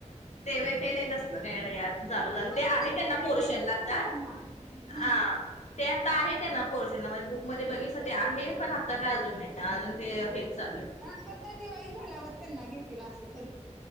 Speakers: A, on the left; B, in the centre.
A: तेव्हयं ते नाही तसलं अजून चालू झालं.
B: मग
A: ते आहे त्यांना
B: पण
A: पोरशनला
B: ग त्या
A: आता
B: मुलांना हम्म
A: हा. ते आता आहे काय ना पोर्शनला म्हणजे बुक मध्ये बघितलं ते आहे पण आता काय अजून नाही अजून ते हेच चालू आहे.
B: हा मग काय दिवाळी झाल्यावर त्यांना घेतील असं करतील.